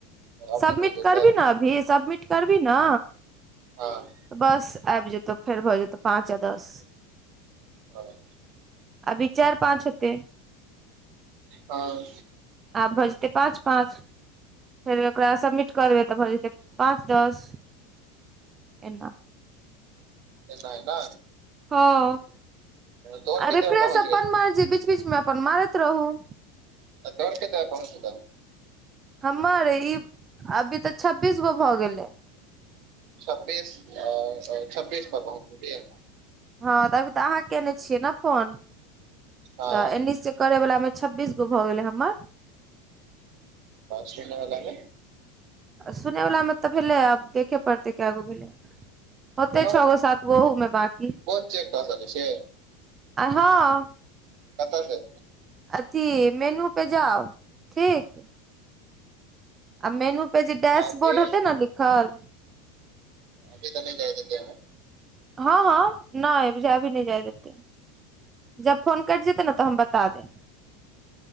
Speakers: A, on the right (about 55°); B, on the right (about 25°).
A: अपने
B: सबमिट
A: मिल जेतै
B: करबही ने अभी, सबमिट करबही ने
A: हाॅं।
B: तऽ बस आबि जेतहु फेर भऽ जेतहु पाँच या दस।
A: ओह।
B: अभी चार-पाँच हेतै।
A: हाॅं।
B: आब भ जते पाँच-पाँच। फेर ओकरा सबमिट कऽ देबै तऽ भऽ जेतै पाँच-दस ऐना।
A: एना एना।
B: हाॅं
A: तोहर कते
B: रिफ्रेश
A: पर पहुँच
B: अपन
A: गेल
B: मरजी बीच-बीचमे अपन मारैत रहूॅं।
A: ककर केता कतय पहुँच लऽ।
B: हमर ई अभी तऽ छब्बीस गो भऽ गेलै।
A: छब्बीस अ छब्बीस पे पहुचली।
B: हाॅं तऽ अभी तऽ अहाँ केने छियै, ने फोन
A: हँ
B: तऽ एन्हि स। करै वला मे छब्बीस गो भऽ गेले हमर।
A: सुनऽ बला में।
B: आ सुनय वला मे तऽ भेलै आब देखे पड़तै कए गो भेलै। होते
A: सुनै
B: छ
A: वला
B: गो सात गो अहुमे बाँकी,
A: कोन चेक कऽ सकै छियै
B: आ हँ।
A: कतऽ के।
B: अथी मेनू पे जाउ ठीक। आ मेनू पे जे डैशबोर्ड
A: अभी
B: हेतै ने लिखल।
A: अभी त नै जाइ हेतै हं।
B: हँ हँ नै बुझाय अभी नै जाय देतै। जब फोन कैट जेतै न तऽ हम बता देब।